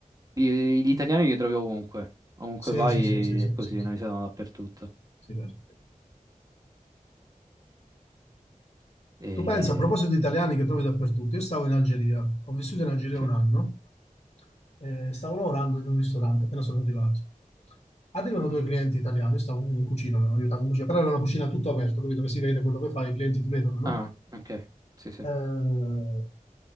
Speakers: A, on the right; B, on the left.
A: gli, gli italiani li trovi ovunque, ovunque
B: sì,
A: vai
B: sì, sì, sì, sì,
A: è così,
B: sì,
A: noi siamo dappertutto.
B: sì, vero.
A: E...
B: Tu pensa, a proposito di italiani che trovi
A: <laughs>
B: dappertutto, io stavo in Algeria, ho vissuto in Algeria
A: Sì?
B: un anno, eh, stavo lavorando in un ristorante, appena sono arrivato. Arrivano
A: Mhm.
B: due clienti italiani, io stavo in cucina, mi aiutavo in cucina, però era una cucina tutto aperto, capito? Che si vede quello che fai, i clienti ti vedono, no?
A: Ah, ok, sì, sì.
B: Eh,